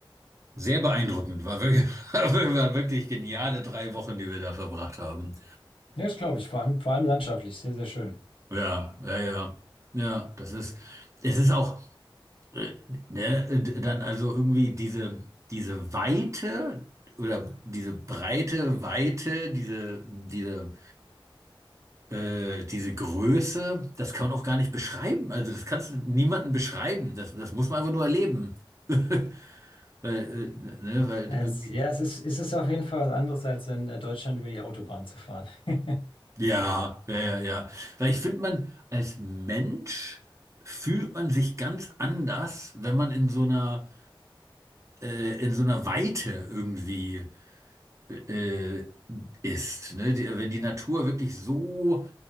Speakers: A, on the right; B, on the left.
A: sehr beeindruckend. War wirklich, <laughs> waren wirklich geniale drei Wochen, die wir da verbracht haben.
B: Ja, das glaube ich. Vor allem, vor allem landschaftlich, sehr, sehr schön.
A: Ja, ja, ja. Ja, das ist, es ist auch. äh, ne, dann also irgendwie diese, diese Weite oder diese breite Weite, diese, diese, äh, diese Größe, das kann man auch gar nicht beschreiben. Also das kannst du niemandem beschreiben. Das, das muss man einfach nur erleben. <laughs> Weil, äh, ne, weil
B: Es,
A: irgendwie,
B: ja, es ist, es ist auf jeden Fall was anderes, als in äh, Deutschland über die Autobahn zu fahren. <laughs>
A: ja, ja, ja, ja. Weil ich finde, man als Mensch fühlt man sich ganz anders, wenn man in so einer, äh, in so einer Weite irgendwie. äh, ist. Ne? Die, wenn die Natur wirklich so,